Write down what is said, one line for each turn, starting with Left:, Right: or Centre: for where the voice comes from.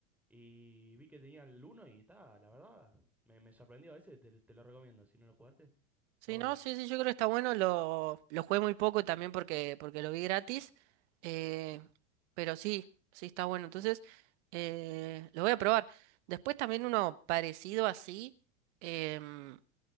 Centre: Y vi que tenía el uno y está, la verdad, me, me sorprendió. Ese te, te lo recomiendo, si no lo jugaste. Está
Right: Sí,
Centre: bueno.
Right: no, sí, sí, yo creo que está bueno. Lo, lo jugué muy poco también porque, porque lo vi gratis. eh, pero sí, sí está bueno. Entonces, eh, lo voy a probar. Después también uno parecido así, em,